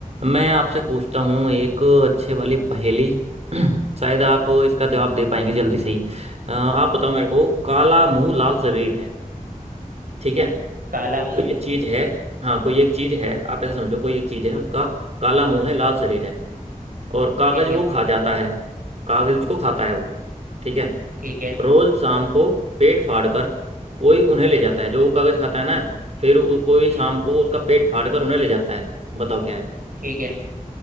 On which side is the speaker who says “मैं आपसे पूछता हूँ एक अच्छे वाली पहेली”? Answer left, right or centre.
Right